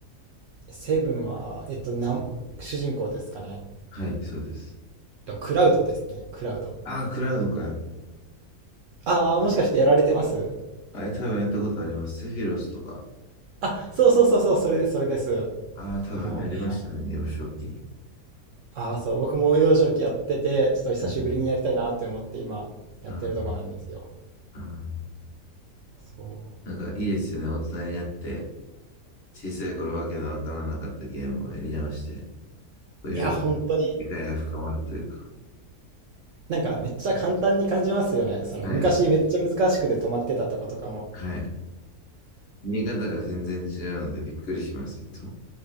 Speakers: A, on the right; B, on the left.
A: う。セブンは、えっと、なん、主人公ですかね。
B: はい、そうです。
A: いやクラウドですね。クラウド。
B: ああ、クラウドか。
A: ああ、もしかしてやられてます
B: あれ多分やったことあります。セフィロスとか。
A: ああ、そうそうそうそう、それです、それです。
B: ああ、多分やりましたね、
A: あの、はい。
B: 幼少期に。
A: ああ、そう、僕も幼少期やってて、ちょっと久しぶりにやりたいなって思って今、
B: はい。
A: やってるとこなんですよ。
B: ああ、ああ
A: そう。
B: なんかいいですよね。大人になって、小さい頃わけのわからなかったゲームをやり直して、こういろいろ
A: いや、本当に、
B: 理解が深まるというか。
A: なんかめっちゃ簡単に感じますよね。その昔めっちゃ難しくて止まってたとことかも、
B: はい。はい。見え方が全然違うのでびっくりします、いつも。